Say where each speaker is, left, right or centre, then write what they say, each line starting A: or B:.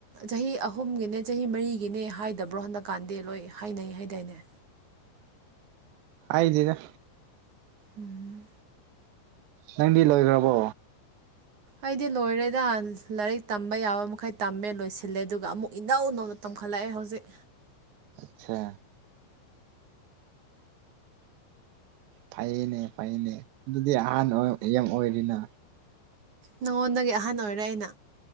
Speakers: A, on the right; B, on the right.
A: ꯆꯍꯤ ꯑꯍꯨꯝꯒꯤꯅꯦ ꯆꯍꯤ ꯃꯔꯤꯒꯤꯅꯦ ꯍꯥꯏꯗꯕ꯭ꯔꯣ ꯍꯟꯗꯛꯀꯥꯟꯗꯤ ꯂꯣꯏ ꯍꯥꯏꯅꯩ ꯍꯥꯏꯗꯅꯦ
B: ꯍꯥꯏꯗꯦꯗ
A: ꯎꯝ
B: ꯅꯪꯗꯤ ꯂꯣꯏꯒ꯭ꯔꯕꯣ
A: ꯑꯩꯗꯤ ꯂꯣꯏꯔꯦꯗ ꯂꯥꯏꯔꯤꯛ ꯇꯝꯕ ꯌꯥꯕ ꯃꯈꯩ ꯇꯝꯃꯦ ꯂꯣꯏꯁꯤꯜꯂꯦ ꯑꯗꯨ ꯑꯗꯨꯒ ꯑꯃꯨꯛ ꯏꯟꯅꯧ ꯅꯧꯅ ꯇꯝꯈꯠꯂꯛꯑꯦ ꯍꯧꯖꯤꯛ
B: ꯑꯆꯥ ꯐꯩꯌꯦꯅꯦ ꯐꯩꯌꯦꯅꯦ ꯑꯗꯨꯗꯤ ꯑꯍꯥꯟ ꯑꯣꯏ ꯌꯥꯝ ꯑꯣꯏꯔꯤꯅ
A: ꯅꯉꯣꯟꯗꯒꯤ ꯑꯍꯟ ꯑꯣꯏꯔꯦ ꯑꯩꯅ